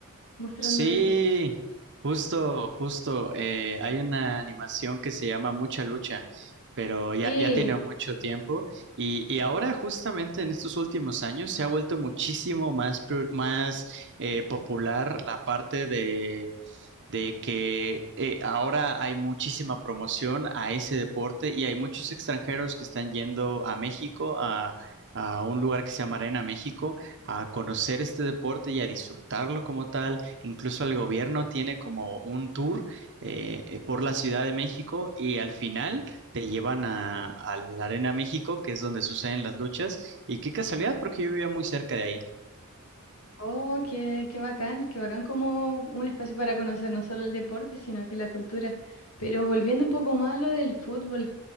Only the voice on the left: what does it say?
mostrando
eso.
Sí.
Oh, qué, qué bacán, qué bacán como un espacio para conocer no solo el deporte, sino que la cultura. Pero volviendo un poco más a lo del fútbol.